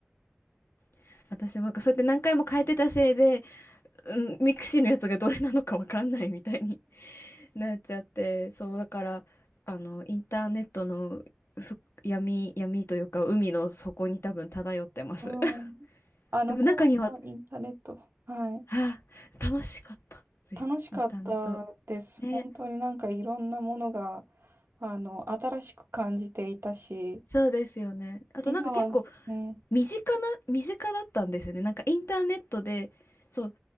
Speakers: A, on the left; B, on the right.
A: <laughs> 私もなんかそうやって何回も変えてたせいで、うん、ミクシーのやつがどれなのかわかんないみたいになっちゃってそうだからあのインターネットのふ闇闇というか海の底に多分漂ってます
B: うん。
A: <laughs>
B: あの頃のインターネット。
A: でも中には
B: はい。
A: 「はあ楽しかった」っていうインターネット
B: 楽しかったです。
A: ね
B: 本当になんかいろんなものが、あの、新しく感じていたし、
A: そうですよねあとなんか結構
B: 今はね、
A: 身近な、身近だったんですよね。なんかインターネットで、そう、